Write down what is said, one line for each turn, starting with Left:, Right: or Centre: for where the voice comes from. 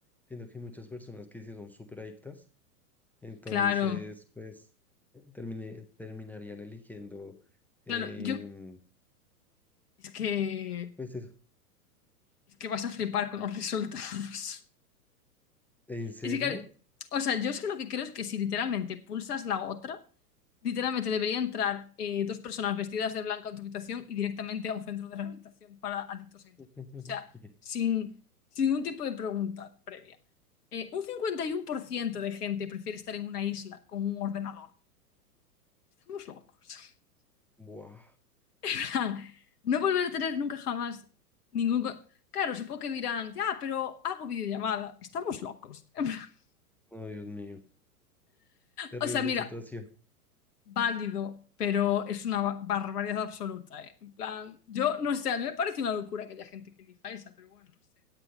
Centre: siento que hay muchas personas que sí son súper adictas, entonces
Left: Claro.
Centre: pues eh, termine- terminarían eligiendo, em,
Left: Claro, yo es que
Centre: pues eso,
Left: es que vas a flipar con los resultados.
Centre: ¿en serio?
Left: Es que, claro, o sea, yo es que lo que creo es que si literalmente pulsas la otra, literalmente debería entrar eh, dos personas vestidas de blanco a tu habitación y directamente a un centro de rehabilitación para adictos a Internet.
Centre: <laughs>
Left: O sea, sin, sin ningún tipo de pregunta previa. Eh, un 51% de gente prefiere estar en una isla con un ordenador. Estamos locos. <laughs>
Centre: Buah,
Left: En plan, No volver a tener nunca jamás ningún... co- Claro, supongo que dirán, ya, pero hago videollamada. Estamos locos. <laughs>
Centre: no, Dios mío, terrible
Left: O sea, mira,
Centre: situación.
Left: válido, pero es una ba- barbaridad absoluta, ¿eh? En plan, yo no sé, a mí me parece una locura que haya gente que elija esa, pero bueno, no sé. A